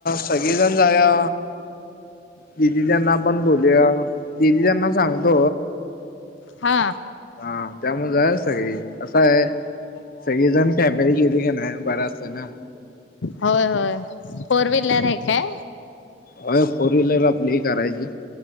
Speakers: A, on the left (about 50°); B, on the left (about 80°).
A: सगळेजण जावया. दिदी त्यांना पण बोलूया दीदी त्यांना सांगतो.
B: हा.
A: हा त्यामुळे जायच सगळे कस आहे. सगळीजण फॅमिली गेली का नाही बरा असत ना.
B: होय होय फोर व्हीलर हे काय?
A: हो फोर व्हीलर आपली करायची